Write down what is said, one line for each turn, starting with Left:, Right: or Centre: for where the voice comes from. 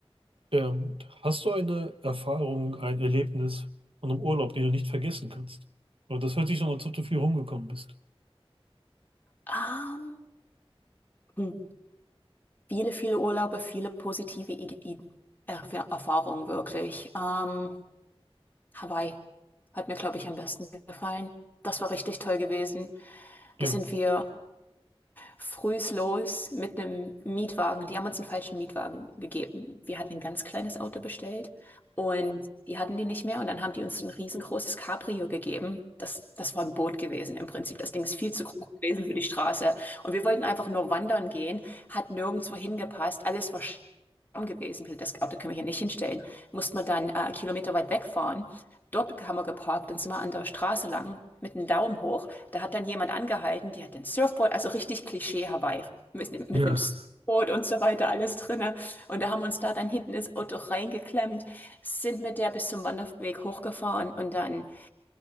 Right: Ähm, hast du eine Erfahrung, ein Erlebnis von einem Urlaub, den du nicht vergessen kannst? Aber das hört sich so an, als ob du viel rumgekommen bist.
Left: Ähm, hm. Viele, viele Urlaube, viele positive I I Erf- Erfahrungen wirklich. Ähm, Hawaii hat mir, glaube ich, am besten gefallen. Das war richtig toll gewesen.
Right: Ja,
Left: Da sind wir. frühs los mit einem Mietwagen. Die haben uns einen falschen Mietwagen gegeben. Wir hatten ein ganz kleines Auto bestellt und die hatten die nicht mehr. Und dann haben die uns ein riesengroßes Cabrio gegeben. Das, das war ein Boot gewesen im Prinzip. Das Ding ist viel zu groß gewesen für die Straße. Und wir wollten einfach nur wandern gehen, hat nirgendwo hingepasst. Alles war arm gewesen. Das Auto können wir hier nicht hinstellen. Mussten wir dann äh, Kilometer weit wegfahren. Dort haben wir geparkt und sind wir an der Straße lang mit dem Daumen hoch da hat dann jemand angehalten, die hat den Surfboard, also richtig Klischee Hawaii, mit, mit
Right: Ja,
Left: einem Surfboard und so weiter, alles drinne. Und da haben wir uns da dann hinten ins Auto reingeklemmt, sind mit der bis zum Wanderweg hochgefahren und dann,